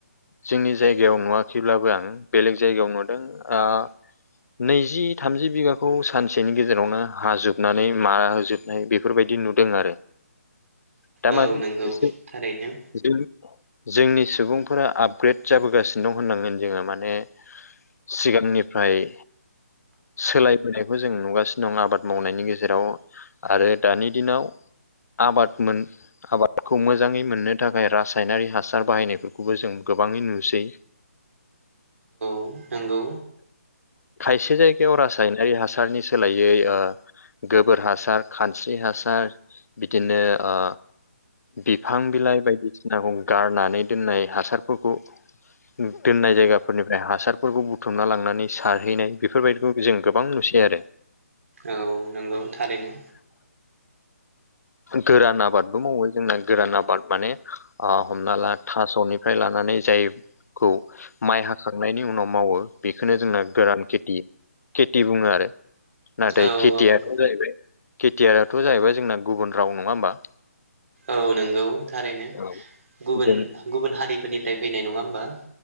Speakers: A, on the left; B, on the right.
A: जोंनि जायगायाव नुवाखैब्लाबो आं बेलेग जायगायाव नुदों ओ नैजि थामजि बिगाखौ सानसेनि गेजेरावनो हाजोबनानै मारा होजोब बेफोरबायदि नुदों आरो दामानि
B: औ नंगौ
A: एसे
B: थारैनो
A: जों जोंनि सुबुंफोरा आपग्रेड जाबोगासिनो दं होननांगोन जोङो माने सिगांनिफ्राय सोलायबोनायखौ जों नुगासिनो दं आबाद मावनायनि गेजेराव आरो दानि दिनाव आबाद मोन आबादफोरखौ मोजाङै मोननो थाखाय रासायनारि हासार बाहायनायफोरखौबो जों गोबाङै नुसै
B: औ नंगौ
A: खायसे जायगायाव रासायनारि हासारनि सोलायै गोबोर हासार खानस्रि हासार बिदिनो ओ बिफां बिलाइ बायदिसिनाखौ गारनानै दोननाय हासारफोरखौ दोननाय जायगाफोरनिफ्राय हासार फोरफोरखौ बुथुमना लांनानै सारहैनाय बेफोरबायदिखौ जों गोबां नुसै आरो।
B: औ नंगौ थारैनो।
A: गोरान आबादबो मावो जोंना गोरान आबाद माने। हमना ला थास'निफ्राय लानानै जायखौ माइ हाखांनायनि उनाव। मावो बेखौनो जोंना गोरान खेथि खेथि बुङो आरो। नाथाय
B: औ
A: खेथियाथ'
B: औ
A: जाहैबाय खेथियाथ' जाहैबाय जोंना गुबुन राव नङा होमबा।
B: औ नंगौ थारैनो
A: औ
B: गुबुन
A: जों
B: गुबुन हारिफोरनिफ्राय फैनाय नङा होमबा।